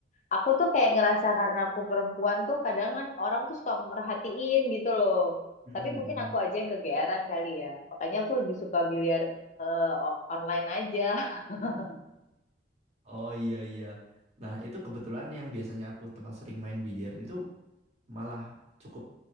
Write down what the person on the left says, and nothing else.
aku tuh kayak ngerasa karena aku perempuan tuh kadang kan orang tuh suka merhatiin gitu loh.
Tapi mungkin aku
aja yang kegeeran kali ya. Makanya aku lebih suka biliar eh, o- online aja. <laughs>